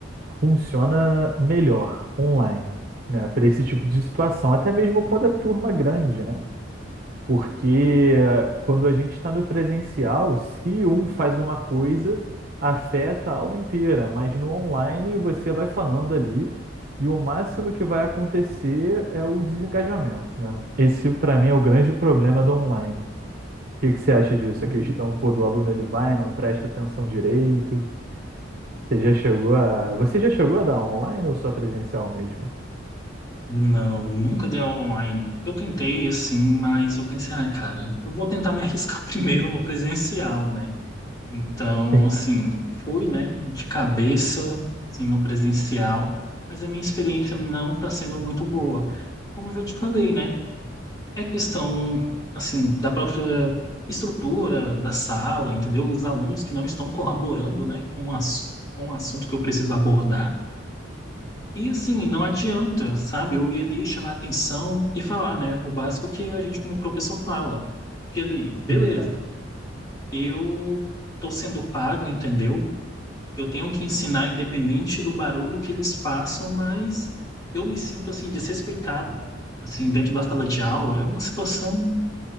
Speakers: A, on the right (about 50°); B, on the left (about 20°).
A: funciona melhor online, né, para esse tipo de situação, até mesmo quando é turma grande, né? Porque eh, quando a gente está no presencial, se um faz uma coisa, afeta a aula inteira, mas no online você vai falando ali e o máximo que vai acontecer é o desengajamento, né? Esse, para mim, é o grande problema do online. O que que você acha disso? A questão, pô, do aluno ele vai, não presta atenção direito. Você já chegou a. Você já chegou a dar aula online ou só presencial mesmo?
B: Não, nunca dei aula online. Eu tentei, assim, mas eu pensei, ah, cara, eu vou tentar me arriscar <laughs> primeiro no presencial, né? Então,
A: Sim,
B: assim, fui, né, de cabeça, assim, no presencial, mas a minha experiência não está sendo muito boa. Como eu já te falei, né? É questão, assim, da própria estrutura da sala, entendeu? Os alunos que não estão colaborando, né, com as, com o assunto que eu preciso abordar. E assim, não adianta, sabe? Eu ia ali chamar atenção e falar, né? O básico que a gente, como professor, fala. Que ali, beleza,
A: sim, cara.
B: eu tô sendo pago, entendeu? Eu tenho que ensinar, independente do barulho que eles façam, mas eu me sinto, assim, desrespeitado. Assim, dentro da sala de aula, é uma situação,